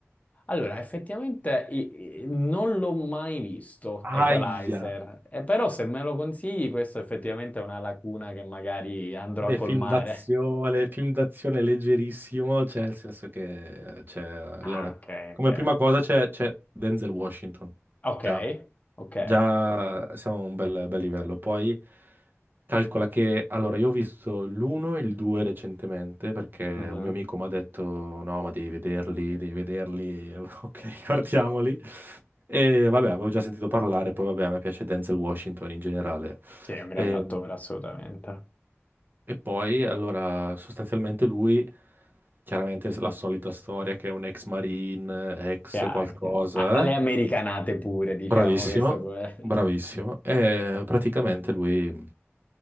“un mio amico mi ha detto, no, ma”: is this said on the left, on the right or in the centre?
Right